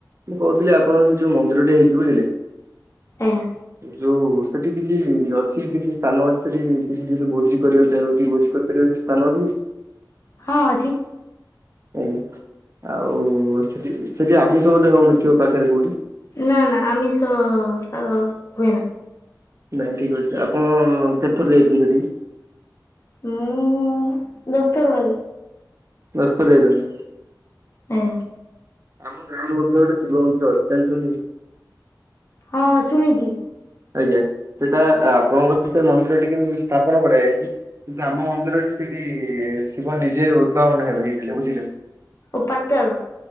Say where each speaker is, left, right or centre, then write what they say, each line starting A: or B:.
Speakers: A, on the right (about 40°); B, on the left (about 45°).
A: ମୁଁ କହୁଥିଲି ଆପଣଙ୍କ ସେ ଯୋଉ ମନ୍ଦିରଟେ ହେଇଛି ବୁଝିଲେ
B: ଆଜ୍ଞା
A: ଯୋଉ ସେଠି କିଛି ଅଛି କିଛି ସ୍ଥାନ ଅଛି ସେଠି କିଛିି ଭୋଜି କରିବାକୁ ଚାଁ କି ଭୋଜି କରିପାରିବା ତଲ ଜ
B: ହଁ ଅଛି।
A: ଆଜ୍ଞା ଆଉ ସେଠି ସେଠି ଆମିଷ ବୋଧେ ହଉନଥିବ ପାଖରେ କୋଉଠି।
B: ନା ନା ଆମିଷ ହ ହୁଏନା।
A: ନାଇଁ ଠିକ୍ ଅଛି ଆପଣ କେତେଥର ଯାଇଛନ୍ତି ସେଠିକି?
B: ମୁଁ ଦଶଥର ଭାବେ।
A: ଦଶଥର ଯାଇଚନ୍ତି।
B: ହୁଁ।
A: ଆମ ଗାଁରୁ ମଧ୍ୟ ଗୋଟେ ଶିବ ମନ୍ଦିର ଅଛି ଯାଣିଚନ୍ତି।
B: ହଁ ଶୁଣିିଚି।
A: ଆଜ୍ଞା ସେଟା ଆପଣଙ୍କର ସେ ମନ୍ଦିରଟି କେିତି ସ୍ଥାପନ କରାଯାଇଚି। କିନ୍ତୁ ଆମ ମନ୍ଦିରଟି ସେଇଠି ଶିବ ନିଜେ ଉଦ୍ଭାବନ ହେବେ ହେଇଥିଲେ ବୁଝିଲେ।
B: ଓ ପଟାଳ।